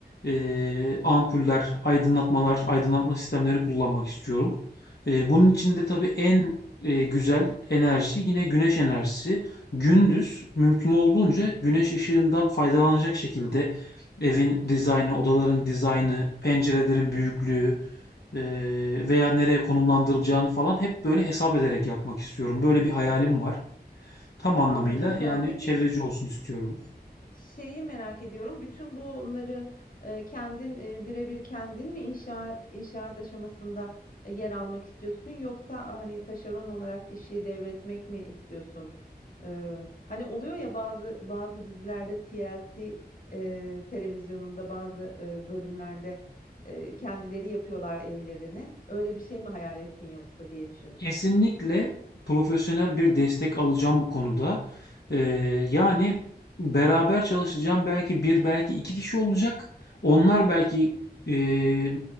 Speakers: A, on the left (about 70°); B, on the left (about 55°).
A: e, ampuller, aydınlatmalar, aydınlatma sistemleri kullanmak istiyorum. E, bunun için
B: Hı
A: de
B: hı.
A: tabii en e, güzel enerji yine güneş enerjisi. Gündüz mümkün olduğunca güneş ışığından faydalanacak şekilde evin dizaynı, odaların dizaynı, pencerelerin büyüklüğü e, veya nereye konumlandırılacağını falan hep böyle hesap ederek yapmak istiyorum. Böyle bir hayalim var. Tam anlamıyla
B: Anladım. Tamam.
A: yani
B: Peki
A: çevreci olsun istiyorum.
B: Şeyi merak ediyorum. Bütün bunları, eee, kendin, eee, birebir kendin mi inşa inşaat aşamasında, eee, yer almak istiyorsun yoksa, hani, taşeron olarak işi devretmek mi istiyorsun? Eee, hani, oluyor ya bazı bazı dizilerde TLC, eee, televizyonunda bazı, eee, bölümlerde, eee, kendileri yapıyorlar evlerini. Öyle bir şey mi hayal ettin yoksa diye düşündüm.
A: Kesinlikle profesyonel bir destek alacağım bu konuda. Eee, yani beraber çalışacağım belki bir belki iki kişi olacak. Onlar belki eee,